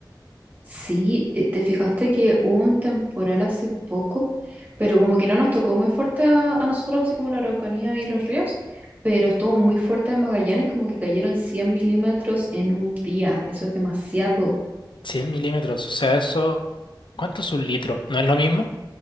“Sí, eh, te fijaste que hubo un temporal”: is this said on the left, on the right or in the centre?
Right